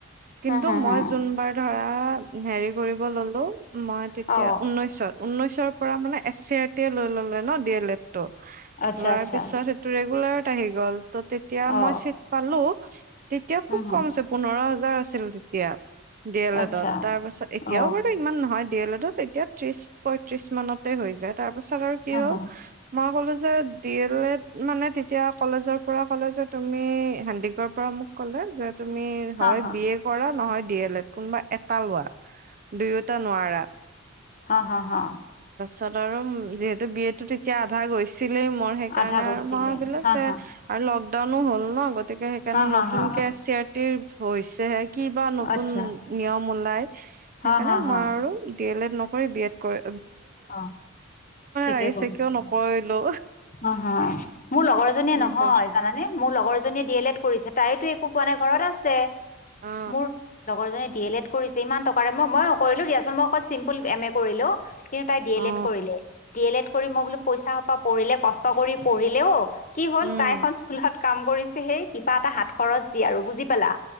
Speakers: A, on the right; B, on the left.
A: কিন্তু
B: উম হুম
A: মই
B: হুম
A: যোনবাৰ ধৰা হেৰি কৰিব ললো, মই তেতিয়া
B: অ
A: উনৈশত। ঊনৈশৰ পৰা মানে এছ চি আৰ টিয়ে লৈ ল'লে ন। D L Ed. টো
B: আচ্ছা
A: লোৱাৰ
B: আচ্ছা
A: পিছত সেইটো ৰেগুলাৰত আহি গ'ল, ত' তেতিয়া
B: অ
A: মই চিট পালো। আ <unintelligible> তেতিয়া
B: হুম
A: খুব
B: হুম
A: কম আছে। পোন্ধৰ হাজাৰ আছে। আছিলো তেতিয়া ডি এল
B: আচ্ছা
A: এডত, তাৰ পাছত এতিয়াও
B: অ
A: বাৰু ইমান নহয় ডি এল এডত তেতিয়া ত্ৰিশ পঁয়ত্ৰিশ মানতে হৈ যায়। তাৰ পিছত আৰু কি
B: হা
A: হ'ল
B: হা
A: মই ক'লো যে, ডি এল এড মানে তেতিয়া কলেজৰ পৰা কলে যে তুমি হেনদিকৰ পৰা ক'লে যে তুমি
B: হা
A: হয়
B: হা
A: বি এ কৰা নহয় ডি এল এড। কোনোবা এটা লোৱা দুয়োটা নোৱাৰা
B: অ' হ হা
A: তাৰপাছত আৰু যিহেতু বি এ টো তেতিয়া আধা গৈছে ছিলেই মোৰ সেইকাৰণে
B: আধা গৈছিলে
A: আৰু মই ভাবিলো
B: হা
A: যে
B: হা
A: আৰু লগ ো হ'ল ন গ <unintelligible> গতিকে সেইকাৰণে
B: হা হা
A: নতুক
B: হা
A: কে চি আৰ টিৰ হৈছে হে কি বা নতুন
B: আচ্ছা
A: নিয়ম ওলায়, সেইকাৰণে
B: হা হা হা
A: মই আৰু ডি এল এড নকৰি বি এড কৰে
B: অ, ঠিকে
A: লাগিছে
B: কৰিছা।
A: কিয় নকৰিলো
B: হাঁ, হাঁ, মোৰ লগৰ এজনীয়ে
A: সেইটোৱে
B: নহয়, জানানে মোৰ লগৰ এজ জনীয়ে ডি এল এড কৰিছে। তায়োতো একো পোৱা নাই, ঘৰত আছে
A: অ
B: মোৰ লগৰজনি ডি এল এড কৰিছে ইমান টকাৰে। মই নকৰিলো দিয়াচোন, মই অকল চিম্পুল এম এ কৰিলোঁ। কিন্তু তাই ডি
A: অ
B: এল এড কৰিলে। ডি এল এড কৰি মই বোলো পইচাসোপা পৰিলে কষ্ট কৰি পঢ়িলেও, কি হ'ল
A: উম
B: তাই এখন স্কুলত কাম কৰিছে, হেই কিবা এটা হাত খৰচ দিয়ে আৰু বুজি পালা?